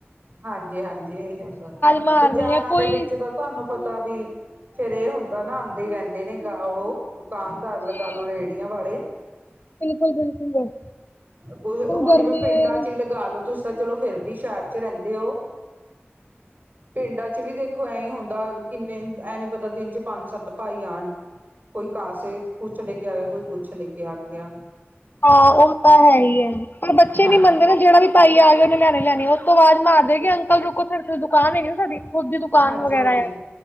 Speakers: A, on the right (about 40°); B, on the left (about 45°).
A: ਹਾਂਜੀ ਹਾਂਜੀ ਏ ਹੁੰਦਾ
B: ਮਾਰਨੀ
A: ਬਾਜ਼ਾਰਾਂ
B: ਹੈ ਕੋਈ
A: ਦੇ ਵਿੱਚ ਤਾਂ ਤੁਹਾਨੂੰ ਪਤਾ ਵੀ ਫੇਰ ਏ ਹੁੰਦਾ ਨਾ ਆਂਦੇ ਰਹਿੰਦੇ ਨੇ ਗਾ ਉਹ ਦੁਕਾਨਦਾਰ
B: ਜੀ
A: ਲਗਾਲੋ ਰੇੜੀਆਂ ਵਾਲੇ।
B: ਬਿਲਕੁਲ ਬਿਲਕੁਲ
A: ਹੂੰ ਹੁਣ
B: ਗਰਮੀ
A: ਜਿਵੇਂ ਪਿੰਡਾਂ
B: ਹੈ
A: ਚ ਹੀ। ਲਗਾਲੋ ਤੁਸੀਂ ਤਾਂ ਚਲੋ ਫਿਰ ਵੀ ਸ਼ਹਿਰ ਚ ਰਹਿੰਦੇ ਓ ਪਿੰਡਾਂ ਚ ਵੀ ਦੇਖ ਖੋ ਐਈ ਹੁੰਦਾ ਕਿੰਨੇ ਐ ਨੀ ਪਤਾ ਦਿਨ ਚ ਪੰਜ ਸੱਤ ਭਾਈ ਆਣ। ਕੋਈ ਕਾਸੇ ਕੁੱਛ ਲੈ ਕੇ ਆ ਗਿਆ ਕੋਈ ਕੁੱਛ ਲੈਕੇ ਆ ਗਿਆ।
B: ਹਾਂ ਉਹ ਤਾਂ ਹੈਈ ਐ ਪਰ ਬੱਚੇ
A: ਹਾਂਜੀ।
B: ਨੀ ਮੰਨਦੇ ਨਾ ਜਿਹੜਾ ਵੀ ਭਾਈ ਆ ਗਏ ਉਹਨੇ ਲੈਣੇ ਹੀ ਲੈਣੇ ਉਤੋਂ ਵਾਜ ਮਾਰ ਦੇ ਕਿ ਅੰਕਲ ਰੁਕੋ <unintelligible> ਦੁਕਾਨ ਹੈਗੀ ਨਾ ਤੁਹਾਡੀ। ਖੁਦ ਦੀ ਦੁਕਾਨ
A: ਹਾਂਜੀ
B: ਵਗੈਰਾ
A: ਹਾਂਜੀ।
B: ਐ